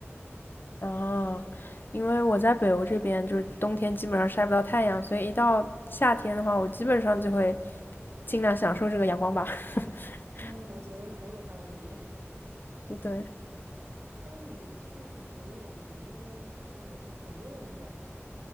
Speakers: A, on the left; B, on the right.
A: 哦，因为我在北欧这边，就是冬天基本上晒不到太阳，所以一到夏天的话，我基本上就会尽量享受这个阳光吧。<laughs>
B: 嗯，我觉得很有道理。
A: 对
B: 那你去游泳，你们那边就是很多游泳馆吗？